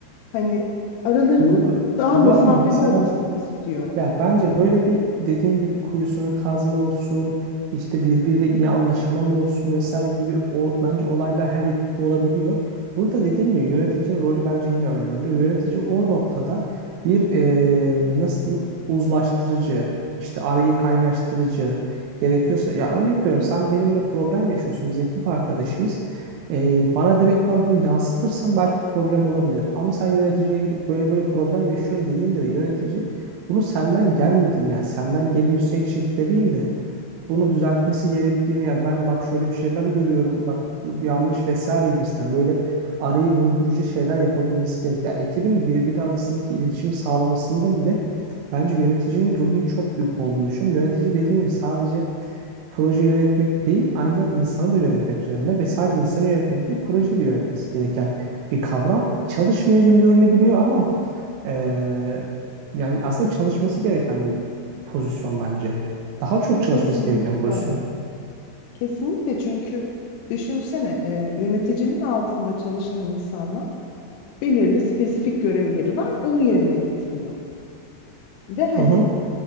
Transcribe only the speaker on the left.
hani aralarının
daha
mesafeli
olmasını istiyor.
E, kesinlikle.
Kesinlikle çünkü düşünsene e, yöneticinin altında çalışan insanlar belirli spesifik görevleri var onu yerine getiriyor. Ve hani